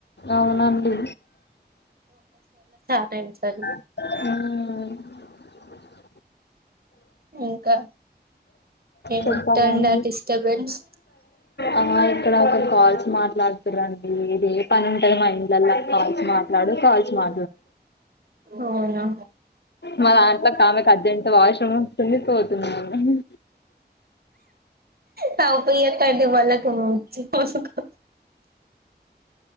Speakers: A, on the left; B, on the right.
A: అవునండి
B: అం సలు
A: ఆ
B: ఇంకా ఇంటర్నెట్
A: చెప్పాలండీ
B: డిస్టర్బెన్స్
A: ఆ ఇక్కడ ఒకరు కాల్స్ మాట్లాడుతురండి ఇది ఏ పని ఉంటది మా ఇంట్ లల్ల కాల్స్ మాట్లాడు కాల్ మా
B: అవునా
A: మా దాంట్లో కామెకి అర్జెంట్ వాషరూమ్ వస్తుంది పోతుంది ఆమె
B: నవ్వు పియ్యకండి వాళ్ళకి చుక్క చక్క